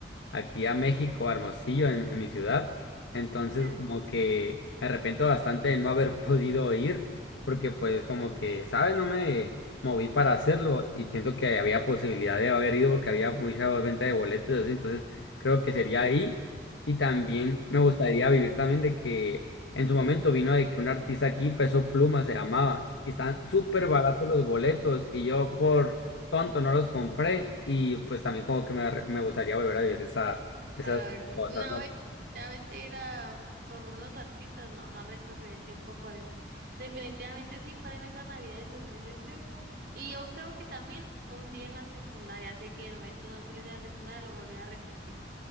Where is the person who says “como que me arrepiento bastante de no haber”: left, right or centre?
Left